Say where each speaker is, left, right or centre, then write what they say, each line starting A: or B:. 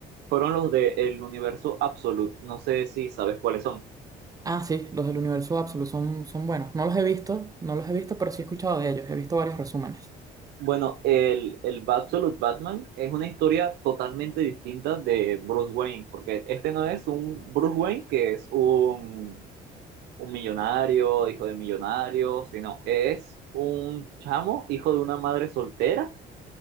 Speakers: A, on the right; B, on the right.
A: fueron los de el universo Absolute. No sé si sabes cuáles son.
B: Ah, sí, los del Universo Absoluto son, son buenos. No los he visto, no los he visto, pero sí he escuchado de ellos. He visto varios resúmenes.
A: Bueno, el, el Absolute Batman es una historia totalmente distinta de Bruce Wayne, porque este no es un Bruce Wayne que es un, un millonario, hijo de millonario, sino es un chamo, hijo de una madre soltera,